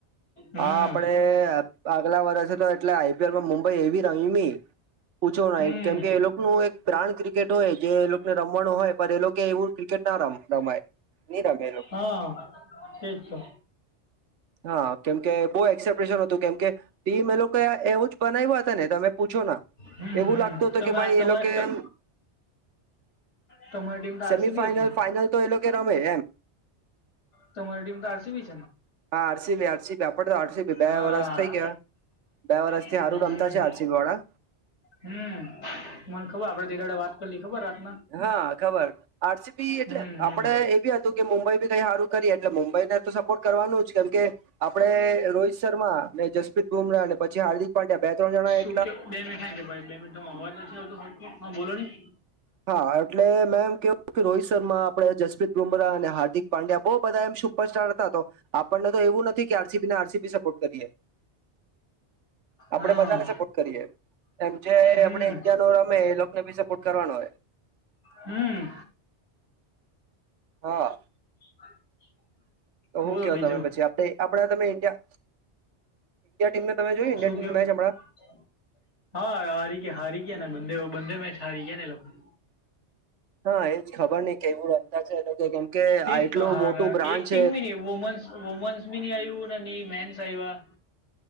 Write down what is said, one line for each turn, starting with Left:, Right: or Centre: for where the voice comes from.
Left: હમ
Right: હા આપડે આગલા વર્ષે તો એટલે આઈપીએલમાં મુંબઈ એવી રમમિ. પૂછો નઈ
Left: હમ
Right: કેમ કે એ લોકનું એક પ્રાણ ક્રિકેટ હોય કે એ લોકને રમવાનું હોય પણ એ લોકો એવું ક્રિકેટ રામ રમાય <unintelligible> એ લોકો
Left: હા તેજ તો.
Right: <inaudible> હા કેમકે બહ એક્સેપ્રેશન હતું કેમકે ટી મે એ લોકો એવું જ બનાવ્યા હતા ને તમે પૂછો ના.
Left: હમ
Right: એવું
Left: હમ
Right: લાગતું હતો
Left: તમે
Right: કે ભાઈ
Left: આ તમારે
Right: એ લોકે
Left: ત-
Right: એમ.
Left: તમારી ટીમ તો
Right: સેમીફાઈનલ
Left: આરસીબી હતી ને
Right: ફાાઈનલ તો એ લોકો રમે એમ.
Left: તમારી ટીમ તો આસી બી.
Right: હા આરસી આરસી આપડે તો આરસી બે
Left: હા
Right: વરષ થઈ ગયા. બે વરષથી
Left: હમ
Right: હારૂ રમતા છે, આરસીબીવાળા
Left: હમ, મન ખબર આપડે તે દાડે વાત કરીલી ખબર રાતના
Right: હા ખબર આરસીપી એટલે
Left: હમ હમ
Right: આપડે એ બી હતું કે મુંબઈ ભી કઈ હારું કરીએ એટલે મુંબઈ. તો સપોર્ટ કરવા. નું જ કેમ આપડે રોહિત શર્મા ને જસપ્રીત બુમરાહ અને પછી હાર્દિક પંડ્યા બે-ત્રણ જણાએ
Left: શું કેવો બે મિન કે ભાઈ બે મિનટોમાં અવાજ નથી આવતો ખર હ બોલોની.
Right: હા એટલે મેમ કેવું કે રોહિત શર્મા આપડે જસપ્રીત બુમરાહ અને હાર્દિક પાંડ્યા બો બધા એમ સુપરસ્ટાર હતા, તો આપડને તો એવું નથી કે આરસીપીના આરસીપી સપોર્ટ કરીએ. આપડે
Left: હા
Right: બધાને સપોર્ટ કરીએ. એમ જે
Left: હમ
Right: આપડે ઇન્ડિયા નો રમે એ લોકોકને બી સપોર્ટ કરવાનો હોય.
Left: હમ્મ.
Right: હા.
Left: <inaudible>
Right: તો હું
Left: બોલો
Right: કેવ
Left: બીજું
Right: તમે પછી આપણા તમે ઇન્ડિયા. ઈન્ડિયા ટીમને તમે જોયું
Left: શું
Right: ટીમનું
Left: કયો?
Right: મેચ હમણાં?
Left: હા, હારી ગયા, હારી ગયાને. બનદેવ બંદે મેચ હારી ગયા ને એ લોકો.
Right: હઅ, એજ ખબર નઈ કેવું રમતા છે એ લોકો કેમ કે,
Left: તેજ
Right: આ એટલું
Left: તો હાર
Right: મોટું બ્રાન્ચ
Left: એક ટીમ બી ની વુમન્સ, વુમન્સ બી ની આયવું ને ની મેન્સ આયવા.